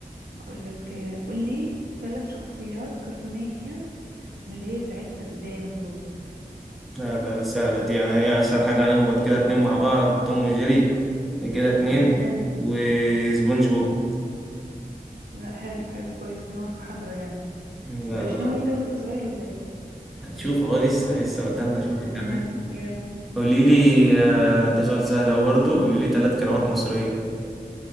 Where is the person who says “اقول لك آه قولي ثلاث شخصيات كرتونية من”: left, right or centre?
Right